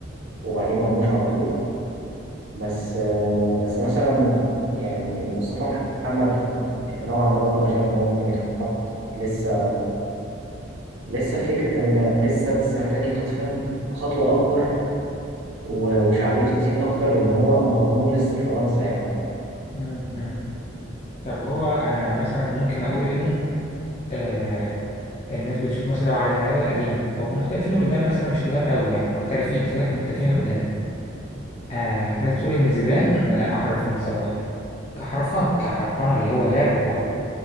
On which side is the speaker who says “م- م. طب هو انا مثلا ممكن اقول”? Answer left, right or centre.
Left